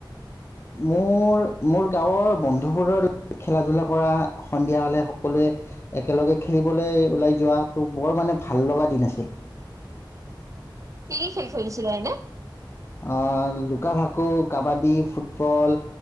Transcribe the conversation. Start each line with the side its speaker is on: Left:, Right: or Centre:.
Left: মোৰ মোৰ গাঁৱৰ বন্ধুবৰ্গৰ লগ খেলা ধূলা কৰা সন্ধিয়া হলে সকলোৱে একেলগে খেলিবলৈ ওলাই যোৱাাতটো বৰ মানে ভাল লগা দিন আছিল।
Right: কি কি খেল খেলিছিলা এনে,
Left: আহ লুকা ভাকু কাবাদী ফুটবল